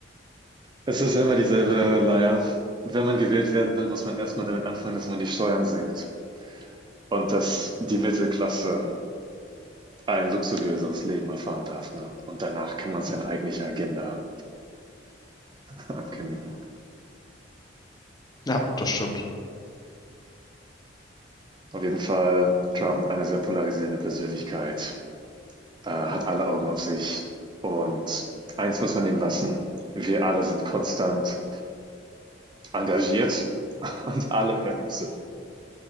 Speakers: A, on the right; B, on the left.
A: Es ist immer dieselbe Leier. Wenn man gewählt werden will, muss man erstmal damit anfangen, dass man die Steuern senkt und dass die Mittelklasse ein luxuriöseres Leben erfahren darf. Ne? Und danach kann man seine eigentliche Agenda <laughs> ankündigen.
B: Ja, das stimmt.
A: Auf jeden Fall Trump eine sehr polarisierende Persönlichkeit. äh, hat alle Augen auf sich. Und eins muss man ihm lassen, wir alle sind konstant engagiert <laughs> und alle hören ihm zu.